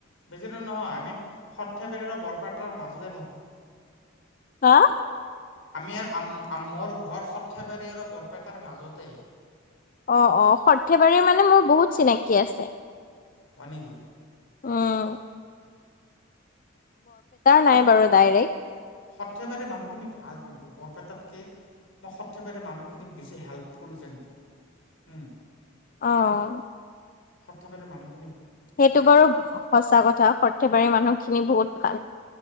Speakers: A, on the left; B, on the left.
A: বেছি দূৰ নহয়। আমি সৰ্থেবাৰী আৰু বৰপেটাৰ মাজতে থাকো।
B: হা'।
A: আমি ৰ মোৰ ঘৰ সৰ্থেবাৰী আৰু বৰপেটাৰ মাজতেই।
B: অ'অ, সৰ্থেবাৰীৰ মানে মোৰ বহুত চিনাকি আছে।
A: হয় নেকি?
B: আহ।
A: সৰ্থেবাৰী
B: নাই বাৰু ডাইৰেক্ট,
A: মানুহখিনি ভাল কিন্তু বৰপেটাত মই সৰ্থেবাৰীৰ মানুহখিনিক বেছি হেল্পফুল যেন পাওঁ।
B: অহ।
A: সৰ্থেবাৰী মানু
B: সেইটো বাৰু সচা কথা সৰ্থেবাৰী মানুহখিনি বহুত ভাল।